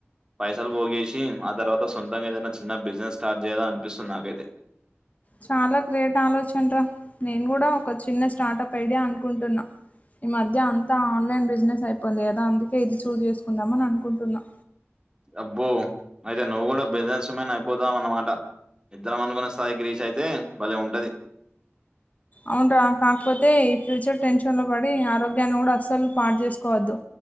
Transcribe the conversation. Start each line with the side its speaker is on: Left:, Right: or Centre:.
Right: పైసలు పోగేసి ఆ తర్వాత సొంతంగా ఏదైనా చిన్న బిజినెస్ స్టార్ట్ చేయ్యాలె అనిపిస్తుంది నాకైతే
Left: చాలా క్రేట్ ఆలోచన రా నేను కూడా ఒక చిన్న స్టార్టప్ ఐడియా అనుకుంటున్నా ఈ మధ్య అంత ఆన్లైన్ బిజినెస్ అయిపోంది కదా అందుకే ఇది చూస్ చేసుకుందామని అనుకుంటున్నా
Right: డబ్బు అయితే నువ్వు కూడా బిజినెన్స్ వుమెన్ అయిపోదం అనమాట ఇద్దరం అనుకున్న స్థాయికి రీచ్ అయితే భలే ఉంటది
Left: అవును రా కాకపోతే ఈ ఫ్యూచర్ టెన్షన్ లో పడి ఆరోగ్యాన్ని కూడా అస్సలు పాడు చేసుకోవద్దు